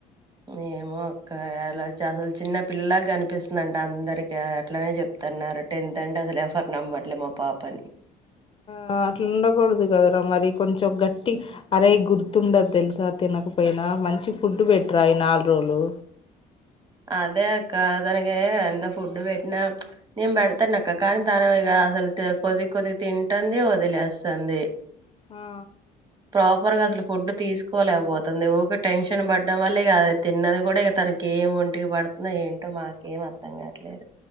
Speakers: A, on the right; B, on the left.
A: ఏమ ఒకలా అసలు చిన్న పిల్ల కనిపిస్తుందింట అందరికి అట్లనే చెప్తున్నారు టెన్త్ అ ఫర్నాబట్లే మా పాపాని
B: ఆ అట్లా ఉండకూడదు కదరా మరి కొంచెం గట్టి అరయి గుర్తుండదు తెలుసా తినకపోయినా మంచి ఫుడ్ పెట్టరా ఈ నాలుగు రోజులు
A: హా అదే అక్క తనక ఎంత ఫుడ్ పెట్టినా నేను పెడతాను అక్క కానీ తను ఇ అసలు కొద్ది కొద్ది తింటుంది వదిలేస్తుంది
B: ఆ
A: ప్రాపర్ గజలు ఫుడ్ తీసుకోలేకపోతుంది ఊ టెన్షన్ పడ్డం వల్ల ఇక అద తిన్నది కూడా ఇక తనక ఏంంట ఇట్టుకి పడుతున్నా ఏంటో మాక ఏం అర్థం కావట్లేదు